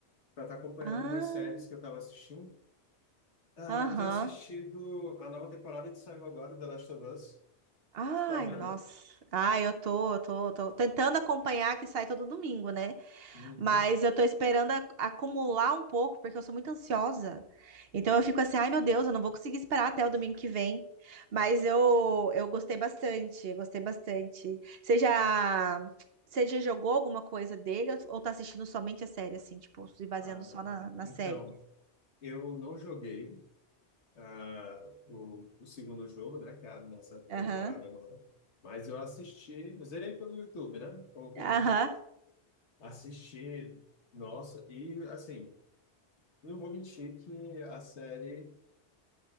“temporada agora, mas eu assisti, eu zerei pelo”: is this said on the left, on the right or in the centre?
Left